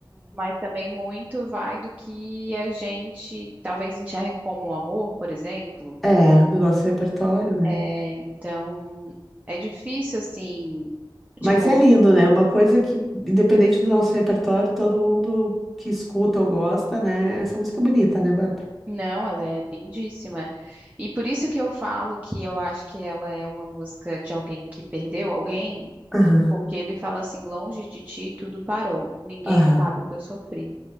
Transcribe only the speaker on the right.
mas também muito vai do que a gente talvez enxergue como amor, por exemplo.
É, então, é difícil, assim,
tipo.
Não, ela é lindíssima. E por isso que eu falo que eu acho que ela é uma música de alguém que perdeu alguém,
porque ele fala assim: longe de ti tudo parou, ninguém
sabe o que eu sofri.